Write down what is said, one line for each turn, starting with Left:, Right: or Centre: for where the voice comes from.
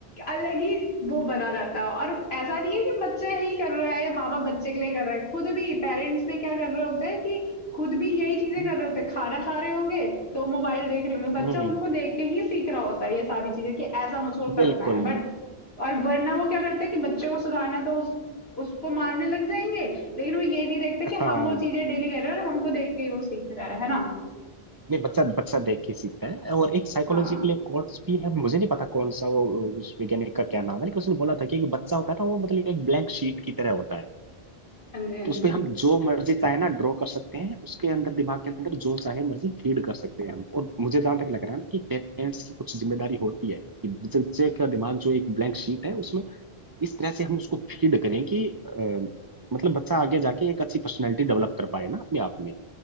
Left: अलग ही वो बना रहता है और ऐसा नहीं है कि बच्चा ही कर रहा है या माँ बाप बच्चे के लिए कर रहा है खुद भी पेरेंट्स भी क्या कर रहे होते हैं कि खुद भी यही चीजें
Right: हम्म
Left: कर रहे होते हैं खाना खा रहे होंगे तो मोबाइल देख रहे होंगे बच्चा
Right: हम्म,
Left: उनको देख के ही सीख रहा होता है ये सारी चीजें कि ऐसा मुझको करना
Right: बिल्कुल
Left: है बट
Right: बिल्कुल
Left: और वरना वो क्या करते हैं कि बच्चों को सुधारना तो उस उसको मारने लग जाएंगे लेकिन वो ये नहीं देखते कि
Right: हाँ
Left: हम वो चीजें डेली कर रहे हैं और हमको देख के वो सीख रहा है है ना
Right: नहीं बच्चा बच्चा देख के सीखता है और एक साइकोलॉजिकल
Left: हाँ
Right: कोर्स भी है मुझे नहीं पता कौन सा वो उस वैज्ञानिक का क्या नाम है लेकिन उसने बोला था कि एक बच्चा होता है ना वो मतलब एक ब्लैंक शीट की तरह होता है
Left: हाँ जी हाँ
Right: उस
Left: जी
Right: पे हम जो मर्जी चाहे ना ड्रॉ कर सकते हैं उसके अंदर दिमाग के अंदर जो चाहे मर्जी फीड कर सकते हैं हम और मुझे जहां तक लग रहा है ना कि पेरेंट्स की कुछ जिम्मेदारी होती है कि बच्चे का दिमाग जो एक ब्लैंक शीट है उसमें इस तरह से हम उसको फीड करें कि अ, मतलब बच्चा आगे जाके एक अच्छी पर्सनैलिटी डेवलप कर पाए ना अपने आप में